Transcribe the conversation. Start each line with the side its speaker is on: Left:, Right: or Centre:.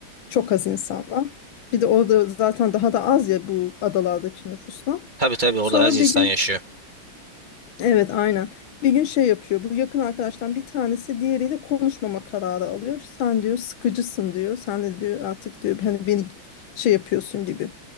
Left: çok az insan var. Bir de orada zaten daha da az ya bu adalardaki nüfusla.
Right: Tabii tabii orada
Left: Sonra
Right: az insan
Left: bir gün
Right: yaşıyor.
Left: evet aynen bir gün şey yapıyor bu yakın arkadaştan bir tanesi diğeriyle konuşmama kararı alıyor. Sen diyor sıkıcısın diyor sen de diyor artık diyor hani beni şey yapıyorsun gibi.